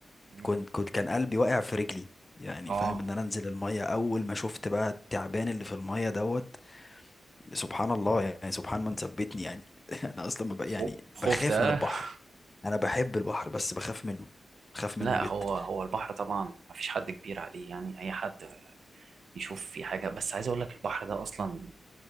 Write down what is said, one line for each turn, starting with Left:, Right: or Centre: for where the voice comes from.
Right: مم.
Left: كنت كنت كان قلبي واقع في رجلي يعني
Right: اه
Left: فاهم ان انا انزل المية اول ما شفت بقى التعبان اللي في المية دوت سبحان الله يعني سبحان من ثبتني يعني <laughs> انا اصلا ببقى
Right: خو-
Left: يعني بخاف
Right: خفت آه؟
Left: من البحر
Right: <laughs>
Left: انا بحب البحر بس بخاف منه بخاف
Right: لا
Left: منه جدا
Right: هو هو البحر طبعا ما فيش حد كبير عليه يعني اي حد يشوف في حاجه بس عايز اقول لك البحر ده اصلا